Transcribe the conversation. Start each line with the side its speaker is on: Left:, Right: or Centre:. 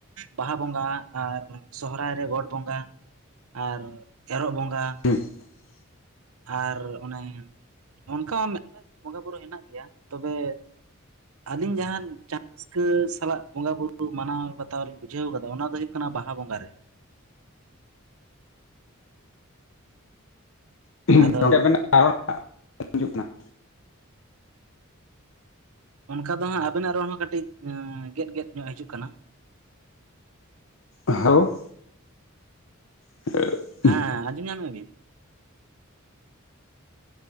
Right: ᱵᱟᱦᱟ ᱵᱚᱸᱜᱟ ᱟᱨ ᱥᱚᱦᱚᱨᱟᱭ ᱨᱮ ᱜᱚᱴ ᱵᱚᱸᱜᱟ᱾ ᱟᱨ ᱮᱨᱚᱜ ᱵᱚᱸᱜᱟ᱾
Left: <unintelligible>
Right: ᱟᱨ ᱚᱱᱮ ᱚᱱᱠᱟ ᱢᱮᱫ-ᱵᱟᱨ ᱵᱚᱸᱜᱟ ᱵᱩᱨᱩ ᱦᱮᱱᱟᱜ ᱜᱮᱭᱟ ᱛᱚᱵᱮ ᱟᱹᱞᱤᱧ ᱡᱟᱦᱟᱸ ᱡᱟᱦᱟᱸ ᱨᱟᱹᱥᱠᱟᱹ ᱥᱟᱞᱟᱜ ᱵᱚᱸᱜᱟ ᱵᱩᱨᱩ ᱢᱟᱱᱟᱣ ᱵᱟᱛᱟᱣ ᱞᱤᱧ ᱵᱩᱡᱷᱟᱹᱣ ᱠᱟᱫᱟ ᱚᱱᱟ ᱫᱚ ᱦᱩᱭᱩᱜ ᱠᱟᱱᱟ ᱵᱟᱦᱟ ᱵᱚᱸᱜᱟ ᱨᱮ᱾
Left: ᱷᱩᱸ
Right: ᱟᱫᱚ
Left: ᱜᱚᱢᱠᱮ ᱟᱵᱤᱱᱟᱜ ᱨᱚᱲ ᱵᱟᱝ ᱟᱧᱡᱚᱢᱚᱜ ᱠᱟᱱᱟ᱾
Right: ᱚᱱᱠᱟ ᱫᱚ ᱦᱟᱸᱜ ᱟᱵᱤᱱᱟᱜ ᱨᱚᱲ ᱦᱚᱸ ᱠᱟᱹᱴᱤᱡ ᱜᱮᱫᱼᱜᱮᱫ ᱧᱚᱜ ᱦᱤᱡᱩᱜ ᱠᱟᱱᱟ᱾
Left: ᱟᱷᱳ <unintelligible> <unintelligible>
Right: ᱦᱮᱸ ᱟᱸᱡᱚᱢ ᱧᱟᱢᱮᱜ ᱟᱵᱤᱱ?